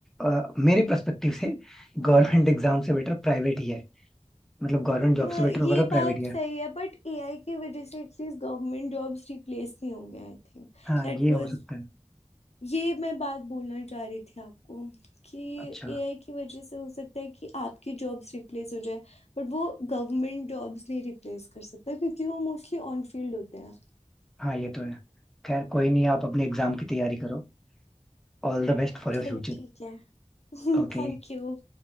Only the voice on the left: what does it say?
म-
ये
बात
सही है बट एआई की वजह से एटलीस्ट गवर्नमेंट जॉब्स रिप्लेस नहीं होंगे आई थिंक
दैट
वाज
ये मैं बात बोलना चाह रही थी आपको कि
एआई की वजह से हो सकता है कि आपकी जॉब्स रिप्लेस हो जाए बट वो गवर्नमेंट जॉब्स नहीं रिप्लेस कर सकता क्योंकि वो मोस्टली ऑन फील्ड होते हैं
चलो
ठीक है <laughs>
Thank you